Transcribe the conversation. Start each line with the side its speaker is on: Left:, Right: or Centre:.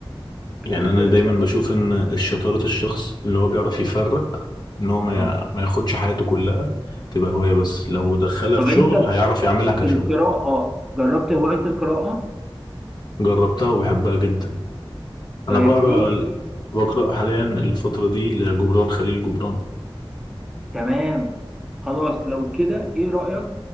Centre: بتختلف
Left: يعني انا دايما
Centre: فعلا
Left: بشوف
Centre: من
Left: ان شطارة
Centre: شخص لشخص
Left: الشخص اللي هو بيعرف يفرق ان هو ما
Centre: اه
Left: ي- ما ياخدش حياته كلها تبقى هواية بس لو دخلها
Centre: طب
Left: في شغل
Centre: انت
Left: هيعرف يعملها كشغل
Centre: في القراءة اه جربت هواية القراءة
Left: جربتها وبحبها جدا انا
Centre: طيب
Left: بقرا
Centre: في في
Left: بقرا حاليا الفترة دي لجبران خليل جبران
Centre: تمام خلاص لو كده ايه رأيك